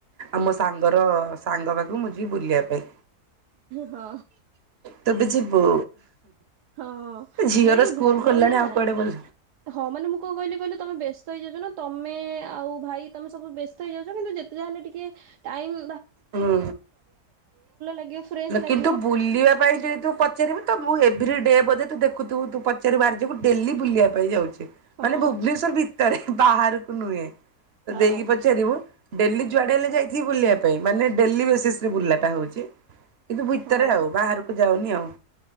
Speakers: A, on the right; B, on the right.
A: ଆଉ ମୋ ସାଙ୍ଗର ଅ ସାଙ୍ଗ ବାଘ ମୁଁ ଯିବି ଭୁଲିବା ପାଇଁ।
B: ହଁ
A: ତୁ ବି ଯିବୁ।
B: ହଁ
A: ଝିଅର
B: ନାଇଁ
A: ସ୍କୁଲ
B: ଭଲ
A: ଖୋଲିଲାଣି
B: ନାଁ।
A: ଆଉ କୁଆଡେ ବୁଲ
B: ହଁ, ମାନେ ମୁଁ କଣ କହିଲି କହିଲ? ତମେ ବ୍ୟସ୍ତ ହେଇଯାଉଛ ନାଁ! ତମେ ଆଉ ଭାଇ ତମେ ସବୁ ବ୍ୟସ୍ତ ହେଇଯାଉଛ। ଯେତେ ଯାହା ହେଲେ ଟିକେ ଟାଇମ୍
A: ହୁଁ,
B: ଲାଗିବ ଫ୍ରେଶ ଲାଗିବ
A: କିନ୍ତୁ ବୁଲିବା ପାଇଁ ଯେହେତୁ ପଚାରିବୁ, ତ ମୁଁ, ଏଭିର୍ରୀଡେ ବଧେ ତୁ ଦେଖୁଥୁବୁ ତୁ ପଚାରିିବୁ ଆର୍ଜୁକୁ ଡେଲି ବୁଲିବା ପାଇଁ ଯାଉଛି।
B: ହଁ
A: ମାନେ ଭୁବନେଶ୍ୱର ଭିତରେ ବାହାରକୁ ନୁହେଁ। ତୋ
B: ହଁ
A: ଦେଇକି ପଚାରିବୁ। ଡେଲି ଯୁଆଡେ ହେଲେ ଯାଇଥିବି ବୁଲିବା ପାଇଁ ମାନେ ଡେଲି ବେସିସ୍ ରେ ବୁଲାଟା ହଉଛି। କିନ୍ତୁ, ଭିତରେ
B: ହଁ
A: ଆଉ ବାହାରକୁ ଯାଉନି ଆଉ।